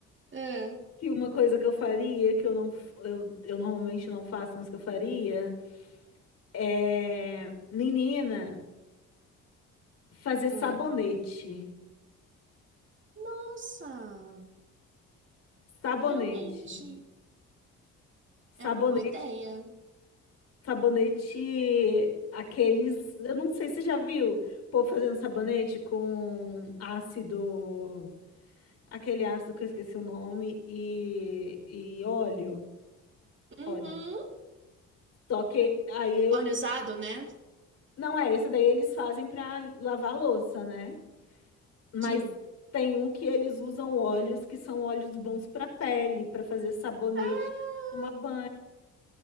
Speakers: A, on the right; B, on the left.
A: É.
B: que uma coisa que eu faria, que eu não, f- eu, eu normalmente não faço, mas que eu faria, é, menina, fazer sabonete.
A: Hum. Nossa!
B: Sabonete.
A: Realmente,
B: Sabonete.
A: é uma boa ideia.
B: Sabonete, aqueles, eu não sei, você já viu, pô, fazendo sabonete com ácido, aquele ácido que eu esqueci o nome, e, e óleo, óleo.
A: Uhum.
B: Só que aí eu,
A: Óleo
B: o sab-
A: usado, né?
B: não é, esse daí eles fazem pra lavar a louça, né? Mas
A: Sim.
B: tem um que eles usam óleos que são óleos bons para pele, para fazer sabonete,
A: Ah,
B: tomar banho.